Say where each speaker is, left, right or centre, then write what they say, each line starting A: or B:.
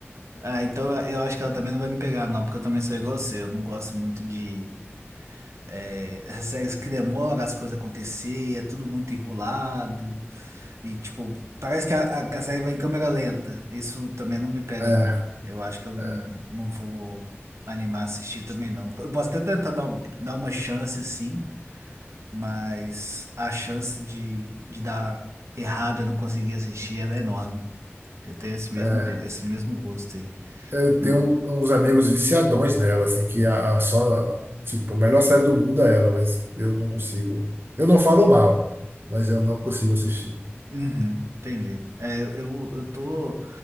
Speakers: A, on the right (about 85°); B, on the right (about 55°).
A: Ah, então eu acho que ela também não vai me pegar, não, porque eu também sou igual você, eu não gosto muito de. eh, essas séries que demoram as coisas acontecer, é tudo muito enrolado. E, tipo, parece que a, a série vai em câmera lenta. Isso também não me pega,
B: É,
A: não. Eu acho que eu não,
B: é.
A: não vou animar a assistir também, não. Eu posso até tentar dar, um- dar uma chance, assim, mas a chance de, de dar errado e eu não conseguir assistir, ela é enorme. Eu tenho esse mesmo,
B: é.
A: esse mesmo gosto aí.
B: Eu tenho
A: Hum,
B: uns amigos viciadões nela, assim, que a, a só, tipo, a melhor série do mundo é ela, mas eu não consigo. Eu não falo mal, mas eu não consigo assistir.
A: Uhum, entendi. É, eu, eu tô